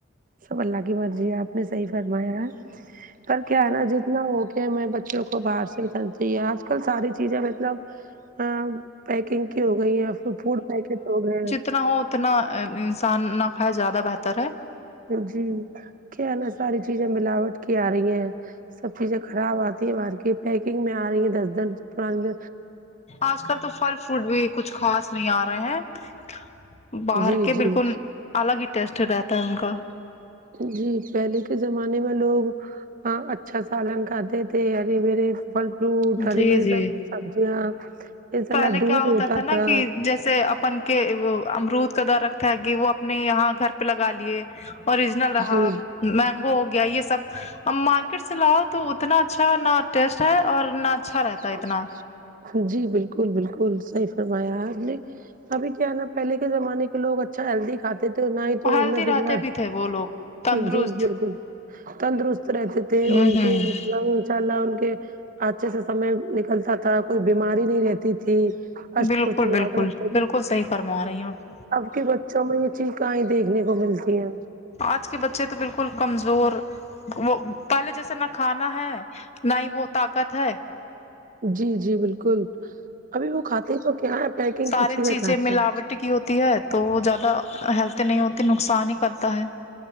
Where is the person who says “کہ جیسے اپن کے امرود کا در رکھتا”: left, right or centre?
Left